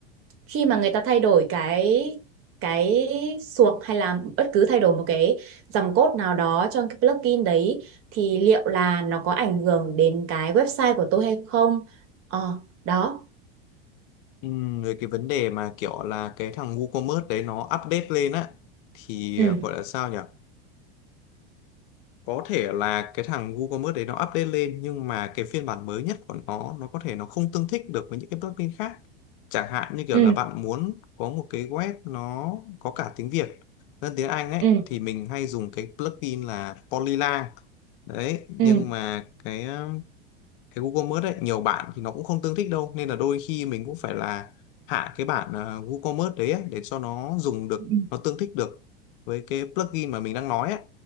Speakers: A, on the right; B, on the left.
A: khi mà người ta thay đổi cái cái suộc hay là bất cứ thay đổi một cái dòng code nào đó trong cái plugin đấy thì liệu là nó có ảnh hưởng đến cái website của tôi hay không? Ờ, đó.
B: ừ, rồi cái vấn đề mà kiểu là cái thằng WooCommerce đấy nó update lên á thì
A: Ừ.
B: ờ, gọi là sao nhỉ có thể là cái thằng WooCommerce đấy nó update lên nhưng mà cái phiên bản mới nhất của nó nó có thể nó không tương thích được với những cái plugin khác chẳng hạn như kiểu
A: ừ.
B: là bạn muốn có một cái web nó có cả tiếng Việt lẫn tiếng Anh ấy
A: ừ
B: thì mình hay dùng cái plugin là Polylang đấy
A: ừ
B: nhưng mà cái cái WooCommerce ấy nhiều bạn thì nó cũng không tương thích đâu nên là đôi khi mình cũng phải là hạ cái bản ờ, WooCommerce đấy ấy, để cho nó dùng được
A: ừ
B: nó tương thích được với cái plugin mà mình đang nói ấy